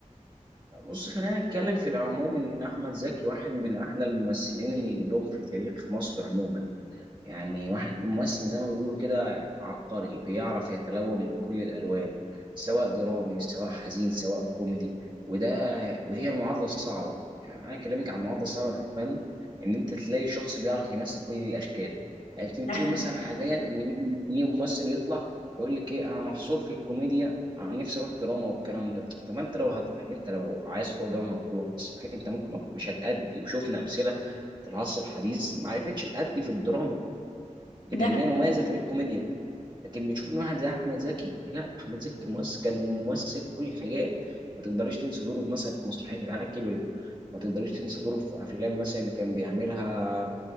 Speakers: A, on the right (about 35°); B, on the left (about 85°).
A: بص خلينا نتكلم في العموم ان احمد زكي واحد من احلى الممثلين اللي جم في تاريخ مصر عموما يعني واحد ممثل زي ما بيقولوا كده عبقري بيعرف يتلون بكل الألوان سواء درامي سواء حزين سواء كوميدي وده ودي هي المعادلة الصعبة يعني أنا أكلمك عن المعادلة الصعبة في الفن إن أنت تلاقي شخص بيعرف يمثل كل الأشكال يعني أنت بتشوف
B: ده حقيقي
A: مثلا حاليا إن مين مين ممثل يطلع يقول لك إيه أنا محصور في الكوميديا أنا نفسي أروح دراما والكلام ده طب ما أنت لو هت... أنت لو عايز تروح دراما هتروح بس الفكرة أنت ممكن مش هتأدي وشفنا أمثلة في العصر الحديث ما عرفتش تأدي في الدراما لان
B: ده
A: هي مميزه في الكوميديا لكن بنشوف ان واحد زي احمد زكي لا احمد زكي ممثل كان ممثل كل الحاجات ما تقدريش تنسى دوره مثلا في مسرحيه العيال كبرت ما تقدريش تنسى دوره في افلام مثلا اللي كان بيعملها